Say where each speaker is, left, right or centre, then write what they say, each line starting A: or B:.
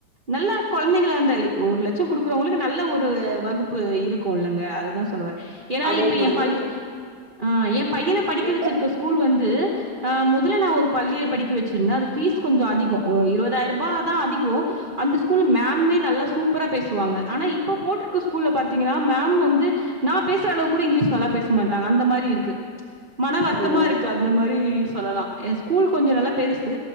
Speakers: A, on the right; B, on the right.
A: நல்லா கொழந்தைகள அந்த ஒரு லட்சோ குடுக்குறவங்களுக்கு நல்ல ஒரு வகுப் உப்பு இருக்கோ இல்லங்க அததா சொல்லவரே ஏன்னா
B: அதே
A: இப்ப
B: மாரி
A: ஏ பைய ஆ ஏ பையன படிக்க
B: இப்ப
A: வெச்சிருக்க ஸ்கூல் வந்து அ முதல்ல நா ஒரு பள்ளில படிக்க வெச் சுருந்த அது ஃபீஸ் கொஞ்சோ அதிகோ இருவதாயிரபா தா அதிகோ அந்த ஸ்கூல்ல மேம்மே நல்லா சூப்பரா பேசுவாங்க ஆனா இப்ப போட்ருக்க ஸ்கூல்ல பாத்தீங்கன்னா மேம் வந்து நா பேசுற அளவுக்கு கூட இங்கிலீஷ் நல்லா பேச மாட்டாங்க அந்த மாரி இருக்கு மன வருத்தமா
B: ஓ
A: இருக்கு அந்த மாரி சொல்லலா ஏ ஸ்கூல் கொஞ்சோ நல்லா பெரு சு